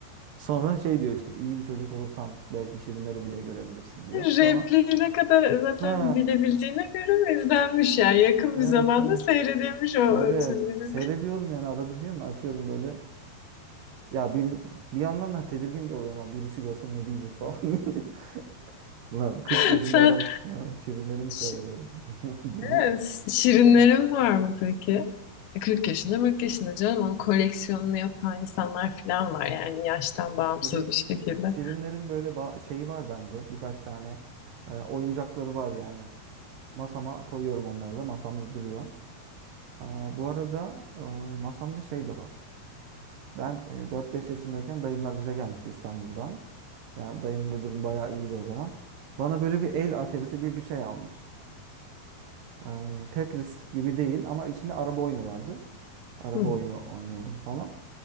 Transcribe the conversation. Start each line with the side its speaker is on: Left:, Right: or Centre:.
Right: Sonra şey diyor işte iyi bir çocuk olursan belki şirinleri bile görebilirsin diyor.
Left: Repliği
Right: Sonra
Left: ne kadar zaten
Right: ha
Left: bilebildiğine göre izlenmiş ya. Yakın
Right: evet
Left: bir zamanda
Right: evet
Left: seyredilmiş o
Right: evet
Left: çizginin.
Right: seyrediyorum yani arada diyorum ya, açıyorum böyle. Ya bir bir yandan da tedirgin de oluyorum. Ha, birisi görse ne diyecek falan. <laughs> Lan 40
Left: <laughs>
Right: yaşında
Left: Sen
Right: adam ha, şirinleri mi
Left: şi-
Right: seyreder <laughs> gibi.
Left: evet, şirinlerin
Right: Ha.
Left: var mı peki? E, 40 yaşında 40 yaşında canım onun koleksiyonunu yapan insanlar falan var yani yaştan bağımsız
Right: Şirin,
Left: bir şekilde.
Right: Şirinlerin böyle ba- şeyi var bende. Birkaç tane e, oyuncakları var yani. Masama koyuyorum onları da. Masamda duruyor. Aa, bu arada e, masamda şey de var. Ben e, 4-5 yaşındayken dayımlar bize gelmişti İstanbul'dan. Ben, dayımın da durum bayağı iyiydi o zaman. Bana böyle bir el aterisi gibi bir şey almış. Ee, Tetris gibi değil ama içinde araba oyunu vardı. Araba
Left: Hı.
Right: oyunu oynuyordum falan.